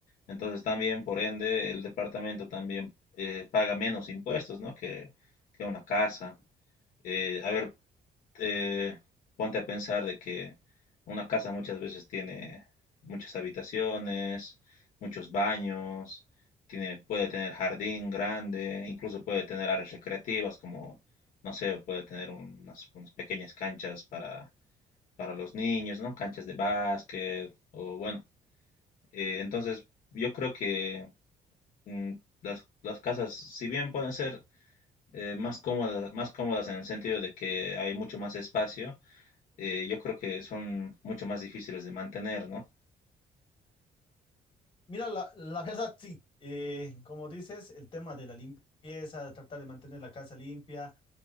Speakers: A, on the left; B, on the left.
A: Entonces también, por ende, el departamento también eh, paga menos impuestos, ¿no? que, que una casa. Eh, a ver, eh, ponte a pensar de que una casa muchas veces tiene muchas habitaciones, muchos baños, tiene, puede tener jardín grande, incluso puede tener áreas recreativas como, no sé, puede tener unas, unas pequeñas canchas para, para los niños, ¿no? Canchas de básquet o bueno, eh, entonces, yo creo que mm, las, las casas, si bien pueden ser eh, más cómodas, más cómodas en el sentido de que hay mucho más espacio, eh, yo creo que son mucho más difíciles de mantener, ¿no?
B: Mira, la, la verdad sí. Eh, como dices, el tema de la limpieza, tratar de mantener la casa limpia